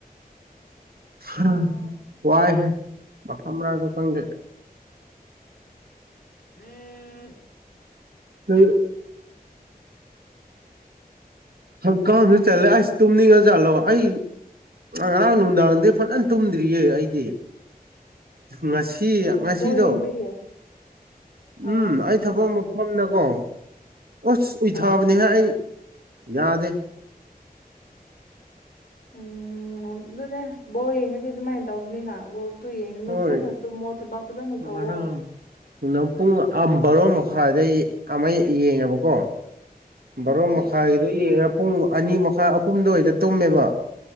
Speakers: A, on the right; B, on the left.
A: ꯍꯥ
B: ꯑꯣ
A: ꯋꯥꯥꯏꯍꯦ ꯃꯐꯝꯃꯔꯥꯡꯖꯨ ꯈꯪꯗꯦ꯫
B: <unintelligible>
A: ꯂꯩꯔ꯫ ꯍꯛꯀꯥꯝꯖꯨ ꯆꯠꯂꯦ ꯑꯩꯁ ꯇꯨꯝꯅꯤꯡꯉꯖꯥꯠꯂꯣ ꯑꯩ ꯉꯔꯥꯡ ꯅꯨꯡꯗꯥꯡꯗꯤ ꯐꯖꯅ ꯇꯨꯝꯗꯔꯤ꯫ ꯗꯤꯌꯦ ꯑꯩꯗꯤ꯫ ꯉꯁꯤ
B: ꯑꯣ
A: ꯉꯁꯤꯗꯣ
B: ꯕꯣꯜ ꯌꯦꯡꯕꯒꯤ ꯑꯥ
A: ꯎꯝ ꯑꯩ꯫ ꯊꯕꯛ ꯃꯐꯝꯗꯀꯣ ꯑꯁ ꯎꯏꯊꯕꯅꯦꯍꯦ
B: ꯑꯥ
A: ꯑꯩ ꯌꯥꯗꯦ꯫
B: ꯎꯝ ꯑꯗꯨꯅꯦ ꯕꯣꯜ ꯌꯦꯡꯉꯗꯤ ꯑꯗꯨꯃꯥꯏ ꯇꯧꯕꯅꯤꯅ ꯕꯣꯜ ꯑꯗꯨ ꯌꯦꯡꯒꯅꯨ
A: ꯍꯣꯏ
B: ꯐꯖꯅ ꯇꯨꯝꯃꯣ ꯊꯕꯛ ꯐꯖꯅ ꯇꯧꯋꯣ꯫
A: ꯉꯔꯥꯡ ꯅꯨꯡꯗꯥꯡ ꯄꯨꯡ ꯑꯝ ꯕꯥꯔꯣ ꯃꯈꯥꯏꯗꯩ ꯑꯃ ꯌꯦꯡꯉꯦꯕꯀꯣ꯫ ꯕꯥꯔꯣ
B: ꯎꯝ
A: ꯃꯈꯥꯏꯒꯤꯗꯣ ꯌꯦꯡꯉꯦ ꯄꯨꯡ ꯑꯅꯤ ꯃꯈꯥꯏ ꯑꯍꯨꯝ ꯗꯨꯋꯥꯏꯗ ꯇꯨꯝꯃꯦꯕ꯫